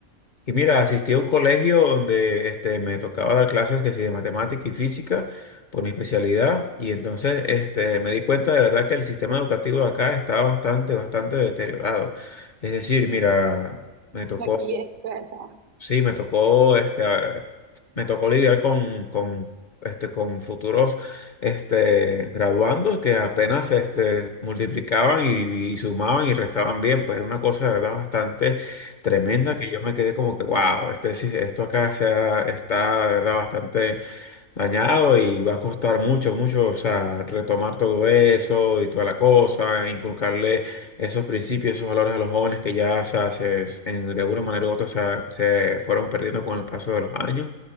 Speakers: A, on the left; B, on the right.
A: Y mira, asistí a un colegio donde este, me tocaba dar clases que sí de matemática y física por mi especialidad y entonces este, me di cuenta de verdad que el sistema educativo de acá está bastante, bastante deteriorado. Es decir, mira, me tocó,
B: aquí en Suecia.
A: sí, me tocó, este, a- me tocó lidiar con, con, este, con futuros este, graduandos que apenas este, multiplicaban y, y sumaban y restaban bien, pues era una cosa de verdad bastante Tremenda que yo me quedé como que, wow, este, sí- esto acá se ha- está, de verdad, bastante dañado y va a costar mucho, mucho, o sea, retomar todo eso y toda la cosa, inculcarle esos principios, esos valores a los jóvenes que ya, o sea, se, en- de alguna manera u otra se, se fueron perdiendo con el paso de los años.